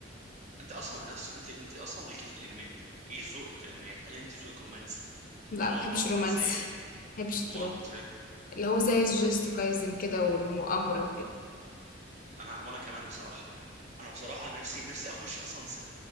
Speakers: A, on the right; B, on the left.
A: انت اصلا اصلا انت انت اصلا ليكي في الانمي ايه ذوقك في الانميات هل انت ذوقك رومانسي
B: لا
A: دراما
B: ما بحبش
A: رومانسية
B: رومانسي ما بحبش الدراما
A: امال بتحب
B: اللي هو زي جوجوتسو كايزن كده والمؤامرة وكده
A: انا وانا كمان بصراحه انا بصراحه انا نفسي نفسي اخش اصلا س...